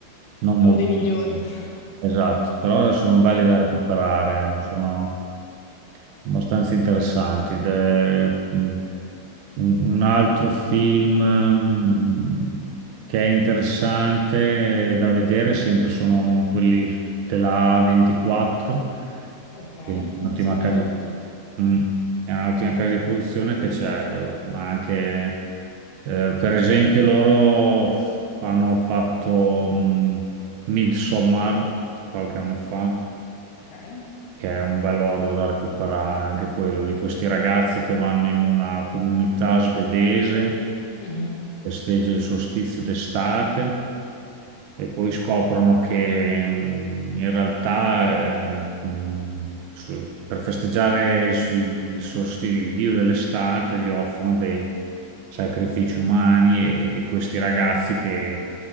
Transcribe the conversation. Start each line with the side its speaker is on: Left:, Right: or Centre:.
Right: non molto
Left: Non dei migliori.
Right: conosciuti.
Left: <laughs>
Right: Esatto, però sono belli da recuperare, eh, sono abbastanza interessanti. Ed è mm, un un altro film mm, che è interessante eh, da vedere, sempre sono quelli della A24,
Left: Okay,
Right: che è un'ottima
Left: segno
Right: casa,
Left: tutto.
Right: mm, è un'ottima casa di produzione che c'è eh, anche, eh, per esempio, loro hanno fatto mm, Midsommar qualche anno fa
Left: Okay.
Right: che è un bello horror da recuperare anche quello, di questi ragazzi che vanno in una comunità svedese,
Left: Mh-mh.
Right: festeggia il solstizio d'estate e poi scoprono che mm, in realtà eh, mm, s- per festeggiare il, il solsti- il dio dell'estate gli offrono dei sacrifici umani e, e questi ragazzi che